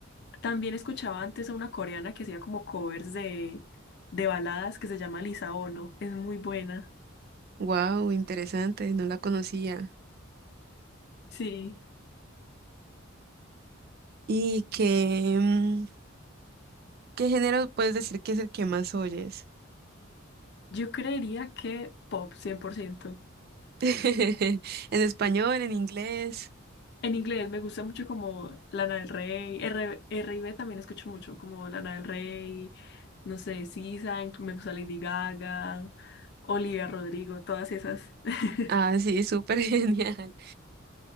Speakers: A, on the left (about 55°); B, on the right (about 50°).
A: También escuchaba antes a una coreana que hacía como covers de, de baladas que se llama Lisa Ono, es muy buena.
B: wow, interesante, no la conocía.
A: Sí,
B: ¿Y qué, mm, qué género puedes decir que es el que más oyes?
A: yo creería que pop 100%.
B: <laughs> ¿En español, en inglés?
A: En inglés me gusta mucho como Lana del Rey, R, R. R&B también escucho mucho, como Lana del Rey, no sé, SZA, me gusta Lady Gaga, Olivia Rodrigo, todas esas. <laughs>
B: Ah, sí, súper <laughs> genial.